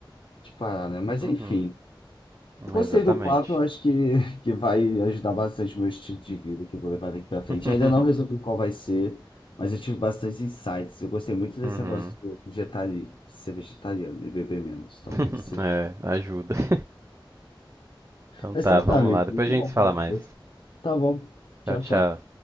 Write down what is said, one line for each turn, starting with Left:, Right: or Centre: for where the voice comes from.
Left: de parar, né? Mas
Right: uhum,
Left: enfim, eu gostei
Right: é, exatamente.
Left: do papo, eu acho que, <laughs> que vai ajudar bastante o meu estilo de vida que eu vou levar daqui para frente.
Right: <laughs>
Left: Ainda não resolvi qual vai ser. Mas eu tive bastante insights. Eu gostei muito desse
Right: Uhum.
Left: negócio do vegetari- de ser vegetariano e beber menos. Talvez
Right: <laughs>
Left: seja.
Right: É, ajuda. <laughs> Então
Left: Mas
Right: tá,
Left: então
Right: vamos
Left: tá, amigo.
Right: lá. Depois
Left: Muito
Right: a gente
Left: bom
Right: se fala
Left: falar
Right: mais.
Left: com você. Tá bom. Tchau,
Right: Tchau, tchau.
Left: tchau.